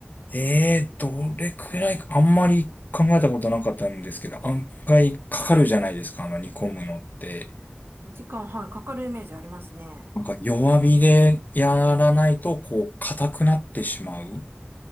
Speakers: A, on the left; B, on the right.
A: えー、どれくらいか、あんまり考えたことなかったんですけど、案外かかるじゃないですか、あの煮込むのって。
B: 時間、はい、かかるイメージありますね。
A: なんか弱火でやらないと、こう、硬くなってしまう。